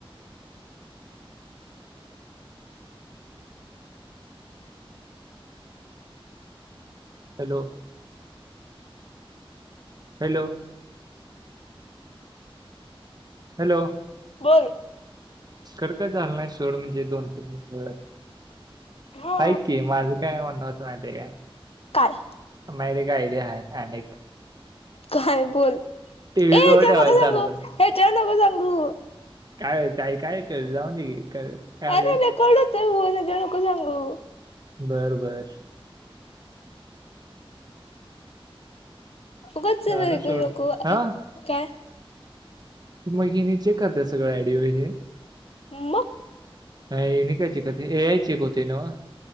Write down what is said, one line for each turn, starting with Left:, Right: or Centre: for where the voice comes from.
Right: हॅलो हॅलो हॅलो
Left: बोल.
Right: कट काय झालं नाही सोड म्हणजे दोन तीन मिनिटं.
Left: हा
Right: ऐक की माझं काय म्हणण होतं माहिती आहे काय?
Left: काल
Right: माझ्याकडे एक आयडिया हाय अनेक
Left: काय बोल ए
Right: टीव्ही
Left: ह्याच्यावर
Right: जवळ ठेवायचं
Left: नको
Right: चालू
Left: सांगू
Right: करून
Left: ह्याच्यावर नको सांगू.
Right: काय ओ ताई काय कर जाऊन दे की कर. काय म्हणजे
Left: अरे रेकॉर्ड होतय फोन ह्याच्यावर नको सांगू.
Right: बरं बरं
Left: उगच <unintelligible>
Right: झालं सोड हा
Left: काय
Right: ती मुलगी नीचे करत्यात सगळं आयडीवर हे.
Left: हं मग
Right: अं ह्यांनी काय चेक होत ए आय चेक होतं न्हव.